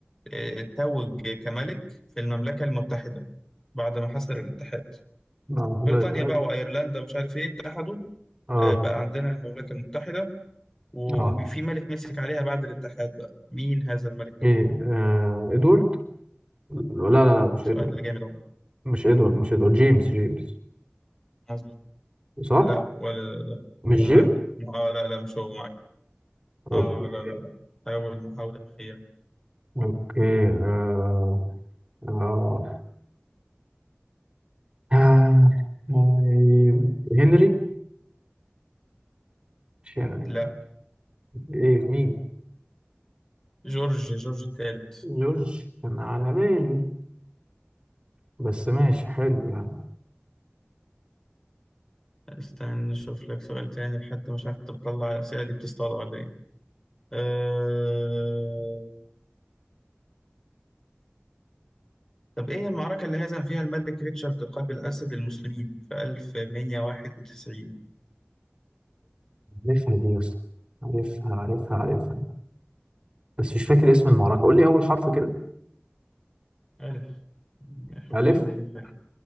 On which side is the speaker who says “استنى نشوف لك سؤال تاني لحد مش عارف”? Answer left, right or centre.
Left